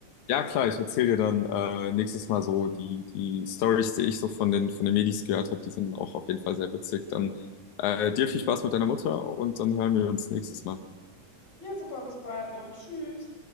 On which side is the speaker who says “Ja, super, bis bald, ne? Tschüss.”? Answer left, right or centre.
Left